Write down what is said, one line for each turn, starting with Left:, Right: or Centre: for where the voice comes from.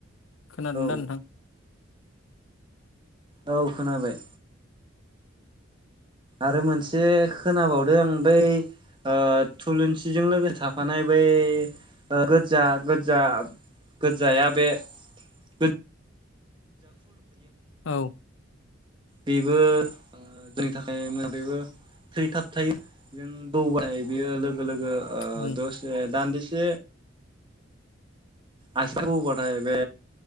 Left: खोनादों
Right: औ
Left: दा नोंथां?
Right: औ खोनाबाय। आरो मोनसे खोनाबावदों आं बै ओ थुलुंसि सिजों लोगोसे थाफानाय ओ बै गोदजा गोदजा गोद जाया बे गोद जा
Left: औ
Right: बेबो ओ जोंनि थाखाय मो बेबो थै थाब थायो जों बौबाय बियो लोगो लोगो ओ
Left: औ
Right: दसे दान्दिसे से आसि बौबाथाय बे